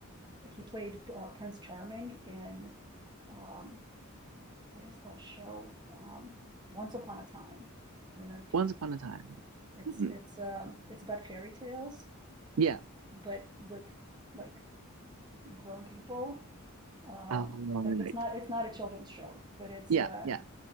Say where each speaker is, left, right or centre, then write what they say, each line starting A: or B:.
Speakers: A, on the right; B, on the right.
A: he played uh, Prince Charming in, um, what is that show? Um, Once Upon a Time. I don't know if
B: Once
A: you,
B: upon a time.
A: it's,
B: Hmm.
A: it's, um, it's about fairy tales,
B: Yeah.
A: but with like grown people. Um,
B: Oh, All
A: like
B: right.
A: it's not, it's not a children's show, but it's,
B: Yeah,
A: uh,
B: yeah.